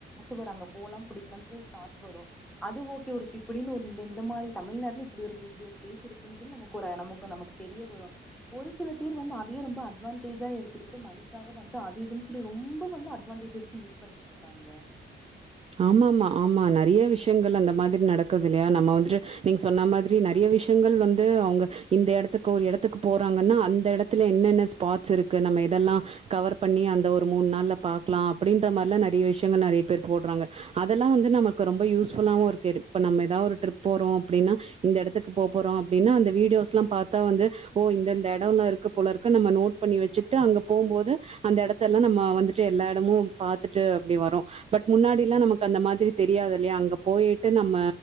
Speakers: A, in the centre; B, on the right (about 30°).
A: வரும் அங்க போலாம் புடிக்கலாம்னு சொல்லி ஒரு தாட் வரும் அது ஓ கே இப்படின்னு ஒரு இந்த இந்த மாரி தமிழ்நாட்டுல இப்படி ஒரு இப்படி ஒரு பிளேஸ் இருக்குன்னு சொல்லி குற நமக்கு நமக்கு தெரிய வரும் ஒரு சில பேர் வந்து அதையே ரொம்ப அட்வான்டேஜா எடுத்துக்கிட்டு மணிக்காக வந்து அது இதுன்னு சொல்லி ரொம்ப வந்து அட்வான்டேஜ் எடுத்து யூஸ் பண்ணிட்டு இருக்காங்க
B: ஆமாம்மா ஆமா நெறைய விஷயங்கள் அந்த மாதிரி நடக்குது இல்லையா நம்ம வந்துட்டு நீங்க சொன்ன மாதிரி நெறைய விஷயங்கள் வந்து அவங்க இந்த எடத்துக்கு ஒரு எடத்துக்கு போறாங்கன்னா அந்த எடத்துல என்னென்ன ஸ்பாட்ஸ் இருக்கு நம்ம எதெல்லாம் கவர் பண்ணி அந்த ஒரு மூணு நாள்ல பாக்கலாம் அப்படின்ற மாதிரல்லாம் நெறைய விஷயங்கள் நெறைய பேர் போடுறாங்க அதெல்லாம் வந்து நமக்கு ரொம்ப யூஸ்புல்லாவும் இருக்கு இப்ப நம்ம ஏதாவது ஒரு ட்ரிப் போறோம் அப்படின்னா இந்த எடத்துக்கு போப்போறோம் அப்படின்னா அந்த வீடியோஸ் எல்லாம் பார்த்தா வந்து ஓ இந்த இந்த எடம்ல இருக்கு போல இருக்க நம்ம நோட் பண்ணி வச்சுிட்டு அங்க போகும்போது அந்த எடத்த எல்லாம் நம்ம வந்துட்டு எல்லா இடமும் பாத்துட்டு அப்படி வரும் பட் முன்னாடி இல்ல நமக்கு அந்த மாதிரி தெரியாது இல்லையா அங்க போயிட்டு நம்ம